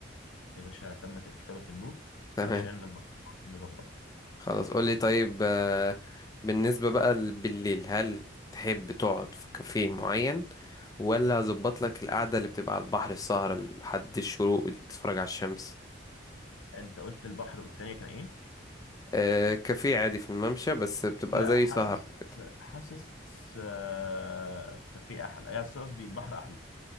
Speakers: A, on the left (about 80°); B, on the left (about 20°).
A: يا باشا تمت الكتابة في النوت
B: تمام
A: عشان نبقى نظبطها
B: خلاص قولي طيب آه، بالنسبة بقى ل- بالليل هل تحب تقعد في كافيه معين ولا اظبط لك القعدة اللي بتبقى على البحر السهرة لحد الشروق ودي بتتفرج على الشمس
A: انت قلت البحر والتانية كان ايه
B: آه، كافيه عادي في الممشى بس بتبقى
A: لا
B: زي
A: حاسس
B: سهرة كده
A: حاسس آه كافيه احلى يعني قصدي البحر احلى